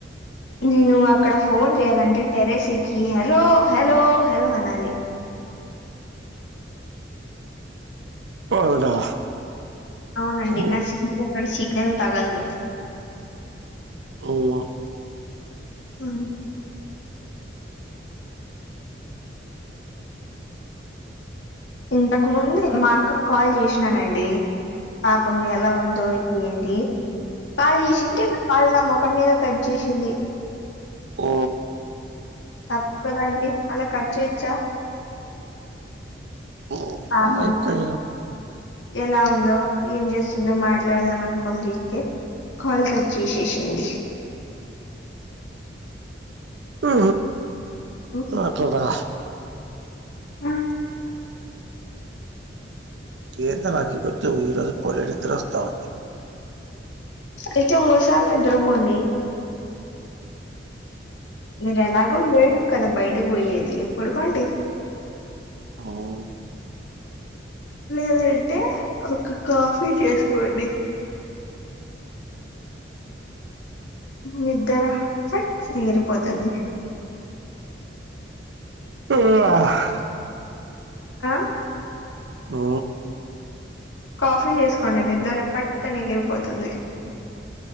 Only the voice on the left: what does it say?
నేను అక్కడ ఫోన్ చేయాలంటే టెర్రస్ ఎక్కి హలో హలో హలో అనాలి
అవునండి
నా సిమ్ కక్కడ సిగ్నల్ తగల్దు
ఆ ఇంతకు ముందే మా అక్కకు కాల్ చేసినానండి పాపం ఎలా ఉందో అదేంటి కాల్ చేసుంటే నా కాల్ నా ముఖం మీద కట్ చేసింది
తప్పు కదా అండి అలా కట్ చేయచ్చా
పాపం ఎలా ఉందో ఏం చేస్తుందో మాట్లాడదాం అనుకొని చేస్తే కాల్ కట్ చేసేసింది
హ్మ్.
ఆ
అయితే ఇంగోసారి నిద్ర బోండి మీరు ఎలాగో ఏడు కదా బయటకు పోయేది పండుకోండి
లేదంటే ఒక కాఫీ చేసుకోండి నిద్దర చటు ఎగిరిపోతుంది
ఆ
కాఫీ చేసుకోండి నిద్ద్ర పట్ట ని ఎగిరిపోతుంది